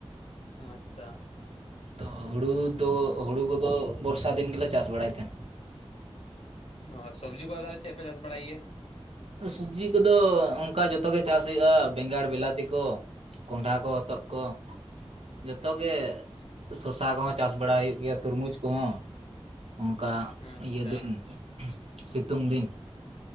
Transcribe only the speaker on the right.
ᱛᱚ ᱦᱩᱲᱩ ᱫᱚ ᱦᱩᱲᱩ ᱠᱚᱫᱚ ᱵᱚᱨᱥᱟ ᱫᱤᱱ ᱜᱮᱞᱮ ᱪᱟᱥ ᱵᱟᱲᱟᱭ ᱛᱟᱦᱮᱸᱱ᱾
ᱥᱩᱵᱽᱡᱤ ᱠᱚᱫᱚ ᱚᱸᱠᱟ ᱡᱚᱛᱚ ᱜᱮ ᱪᱟᱥ ᱦᱩᱭᱩᱜᱼᱟ ᱵᱮᱸᱜᱟᱲ, ᱵᱮᱞᱟᱛᱤ ᱠᱚ᱾ ᱠᱚᱸᱰᱷᱟ ᱠᱚ, ᱦᱚᱛᱚᱫ ᱠᱚ, ᱡᱚᱛᱚ ᱜᱮ ᱥᱚᱥᱟ ᱠᱚᱦᱚᱸ ᱪᱟᱥ ᱵᱟᱲᱟ ᱦᱩᱭᱩᱜ ᱜᱮᱭᱟ ᱛᱩᱨᱢᱩᱡᱽ ᱠᱚᱦᱚᱸ᱾ ᱚᱸᱠᱟ
ᱤᱭᱟᱹ ᱫᱤᱱ ᱥᱤᱛᱩᱝ ᱫᱤᱱ᱾